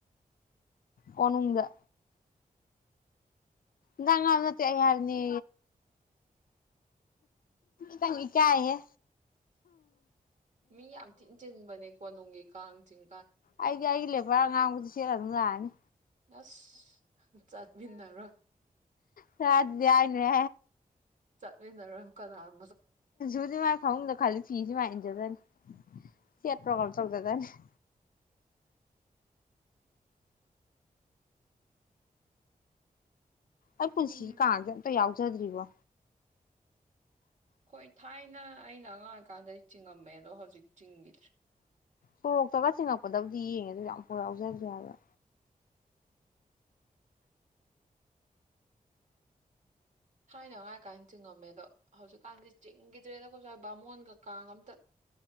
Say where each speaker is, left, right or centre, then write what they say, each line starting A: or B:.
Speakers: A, on the left; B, on the right.
A: ꯍꯅꯗ ꯅꯪꯒꯥꯜꯅꯠꯇ ꯍꯥꯏꯔꯅꯤ ꯆꯪ ꯀ ꯍ
B: ꯃꯤ ꯌꯥꯝ ꯆꯤꯟ ꯆꯤꯟꯕꯅꯦ ꯀꯣꯅꯨꯡꯒꯤ ꯀꯆꯤꯡ
A: ꯍꯥꯏꯦ ꯍꯥꯏꯂꯦ ꯉꯥꯡꯕꯨꯗꯤ ꯁꯦꯔ ꯑꯗꯨ ꯂꯑꯅꯤ
B: ꯌꯥꯁ ꯆꯠꯕꯤꯗꯔꯣ
A: ꯆ ꯑꯗꯨꯗꯤꯏꯅꯦ
B: ꯆꯠꯅꯔꯝ ꯀꯅꯥꯝ
A: ꯨꯗꯤ ꯃꯥꯥꯏ ꯈ ꯅ ꯈꯂꯤ ꯐꯤꯤꯁ ꯃꯥꯏꯖꯗꯅꯤ ꯁꯤꯠ ꯄꯣꯒꯝ ꯊꯣꯛꯗꯗꯅꯤ ꯎ ꯑꯩ ꯄꯨꯟꯁꯤ
B: ꯎꯝ
A: ꯀꯥ ꯌꯥꯎ ꯆꯗ꯭ꯔꯤꯕꯣ
B: ꯍꯣꯏ ꯊꯥꯏꯅ ꯑꯩꯅ ꯑꯉꯥꯡꯀ ꯑꫭꯏꯀꯟꯗ ꯆꯤꯡꯉꯝꯃꯦ ꯑꯗꯣ ꯍꯧꯖꯤꯛ ꯆꯤꯡꯈꯤꯗ꯭ꯔꯦ
A: ꯁꯣꯔꯣꯛꯇꯒ ꯊꯤꯡꯉꯛꯄꯗꯕꯨꯗꯤ ꯌꯦꯡꯉꯦ ꯑꯗꫭ ꯑꯃꯨꯛ ꯐꯧ ꯌꯧꯖꯗ꯭ꯔꯤ ꯍꯥꯏꯕ
B: ꯊꯥꯏꯅꯉꯥꯏ ꯀꯥꯏꯅ ꯆꯤꯡꯉꯝꯃꯦ ꯑꯗꯣ ꯍꯧꯖꯤꯛꯀꯥꯟꯗꯤ ꯆꯤꯡꯒꯤꯗ꯭ꯔꯦꯗ ꯑꯈꫭꯏ ꯁꯥꯏ ꯕꯥꯃꯣꯟꯒ ꯀꯥꯡ ꯑꯝꯇ